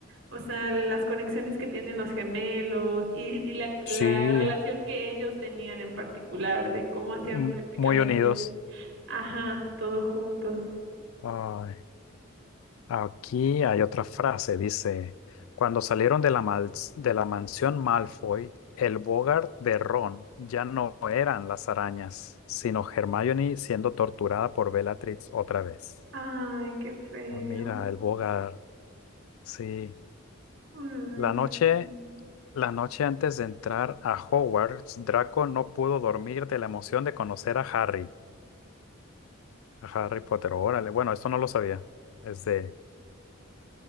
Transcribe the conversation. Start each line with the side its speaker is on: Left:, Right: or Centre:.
Right: O sea, las conexiones que tienen los gemelos y, y la, la
Left: Sí,
Right: relación que ellos tenían en particular, de cómo hacían
Left: m-
Right: prácticamente,
Left: muy unidos.
Right: ajá, todos juntos.
Left: Ay. Aquí hay otra frase, dice, cuando salieron de la, mal- de la mansión Malfoy, el Bogart de Ron ya no eran las arañas, sino Hermione siendo torturada por Bellatrix otra vez.
Right: Ay, qué feo.
Left: Ah, mira, el Bogart, sí.
Right: Ay,
Left: La noche,
Right: qué feo.
Left: la noche antes de entrar a Hogwarts, Draco no pudo dormir de la emoción de conocer a Harry, a Harry Potter. Órale, bueno, esto no lo sabía. Es de